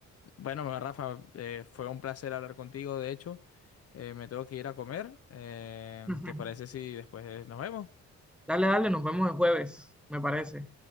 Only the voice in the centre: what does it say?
<laughs>
Dale, dale, nos vemos el jueves, me parece.